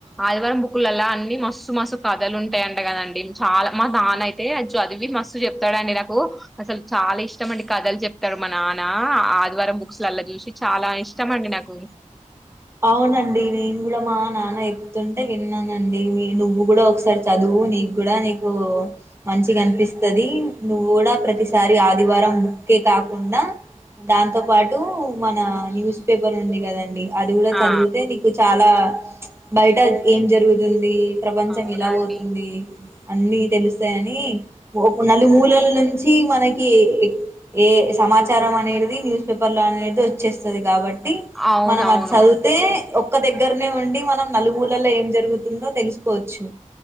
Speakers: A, in the centre; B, on the right.
A: ఆదివారం బుక్లులా అన్ని మస్తు మస్తు కథలు ఉంటాయంట కదండి చాలా ఆమా నాన్న అయితే చదివి మస్తు చెప్తాడుండి నాకు అసలు చాలా ఇష్టం అండి కథలు చెప్తాడు మా నాన్న ఆదివారం బుక్స్ లల్ల గీసి చాలా ఇష్టమ అండి నాకు
B: అవునండి వేను కూడా మా నాన్న ఎప్పుతుంటే విన్నానండి నువ్వు కూడా ఒకసారి చదువు నీకు కూడా నీకు మంచి అనిపిస్తుది నువ్వు కూడా ప్రతిసారి ఆదివారం బుక్కే కాకుండా దాంతో పాటు మన న్యూస్ పేపర్ ఉంది కదాఅండి అది కూడా చదివితే
A: ఆ
B: నీకు చాలా బయట ఏం జరుగుతుంది ప్రపంచం
A: అవునండి.
B: ఎలా పోతుంది అన్ని తెలుస్తాయని పోపుల నల మూలలు నుంచి మనకి ఏ సమాచారం అనేది ది న్యూస్ పేపర్ లాచ్ అయితే వచ్చేస్తది కాబట్టి
A: అవునవును.
B: మనం అను చదువుతే ఓక్ క్క దగ్గరనే ఉండి మనం నలుమూలల ఏం జరుగుతుందో తెలుసుకోవచ్చు